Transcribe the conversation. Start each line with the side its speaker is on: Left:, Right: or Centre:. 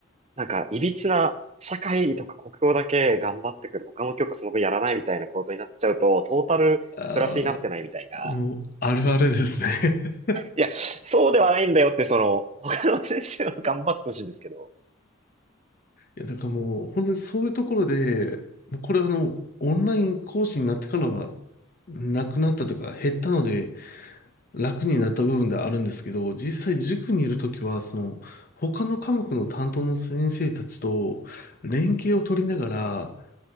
Right: なんか、いびつな社会とか国語だけ頑張ってくると、他の教科その分やらないみたいな構造になっちゃうと、トータルプラスになってないみたいな。
Left: ああ、もう、あるあるですね。<laughs>
Right: いや、そうではないんだよって、その、他の先生は頑張ってほしいんですけど。
Left: いや、だからもう、本当にそういうところで、もうこれあの、オンライン講師になってからは、なくなったというか、減ったので、楽になった部分ではあるんですけど、実際塾にいるときは、その、他の科目の担当の先生たちと連携を取りながら、